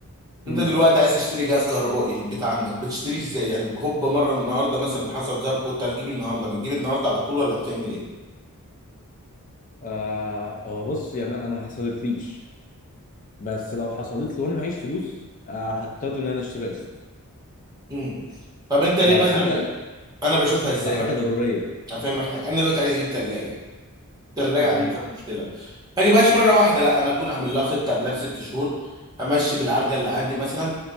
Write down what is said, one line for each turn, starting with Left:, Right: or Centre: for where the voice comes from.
Left: امم
Right: انت دلوقتي عايز تشتري جهاز كهربائي للبيت عندك بتشتريه ازاي يعني هوب مره النهارده مثلا حصل ظرف وانت هتجيب النهارده بتجيب النهارده على طول ولا بتعمل ايه
Left: آه هو بص يعني انا ما حصلتليش بس لو حصلت لي وانا معيش فلوس آه، هضطر ان انا اشتري قسط
Right: امم طب انت ليه
Left: لو
Right: مثلا
Left: حاجه
Right: انا بشوفها ازاي
Left: لو حاجه
Right: بقى
Left: ضروريه
Right: هفهمك حاجه انا دلوقتي عايز اجيب ثلاجه الثلاجه
Left: تمام
Right: عندي فيها مشكله ما اجيبهاش مره واحده لا انا اكون عامل لها خطه قبلها بست شهور امشي بالعرجه اللي عندي مثلا